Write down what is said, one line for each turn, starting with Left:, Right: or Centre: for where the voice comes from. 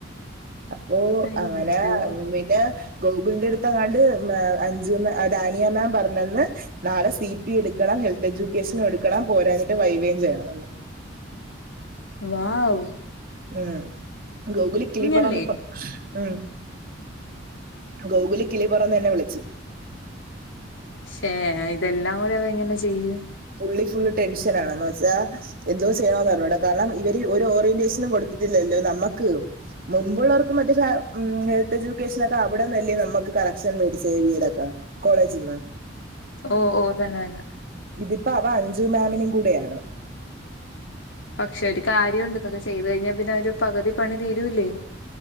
Right: അപ്പൊ
Left: അയ്യോ
Right: അങ്ങനെ പിന്നെ ഗോകുല്ന്റെടുത്തെങ്ങാണ്ട് മേ അഞ്ജു മാ <unintelligible> പറഞ്ഞന്ന്. നാളെ സി പി എടുക്കണം ഹെൽത്ത് എജുക്കേഷനെടുക്കണം. പോരാഞ്ഞിട്ട് വൈവയും ചെയ്യണന്ന്..
Left: വാ വു.
Right: ഉം ഗോകുലി കിളി പറന്നിപ്പ
Left: അല്ലേ
Right: ഉം, ഗോകുലി കിളിപ്പറന്നന്നെ വിളിച്ചു
Left: ശേ ഹേ ഇതെല്ലാം കൂടിയതങ്ങനെ ചെയ്യും..
Right: ഉള്ളി ഫുള്ള് ടെൻഷനാണന്ന് വെച്ചാ എന്തോ ചെയ്യണന്നർഞ്ഞുട. കാരണം ഇവര് ഒരു ഓറിന്റേഷനും കൊടുത്തിട്ടില്ലല്ലോ നമ്മക്ക്.. മുൻപുള്ളർവർക്ക് മറ്റേ സ മ്മ് ഹെൽത്ത് എജ്യൂക്കേഷനൊക്കെ അവിടന്നല്ലേ നമ്മക്ക് കലക്ഷൻ വേണ്ടി സേവയ്തക്കാൻ കോളേജിന്ന
Left: ഓ ഓ തന്നെ യന്നെ
Right: ഇതിപ്പോ അവ അഞ്ചു മേമിനി കൂടെയാണ്..
Left: പക്ഷെ ഒരു കാര്യവുണ്ട് ഇതോക്കെ ചെയ്തുഴിഞ്ഞാ പിന്നെ അവര് പകുതി പണി തീരൂല്ലേ.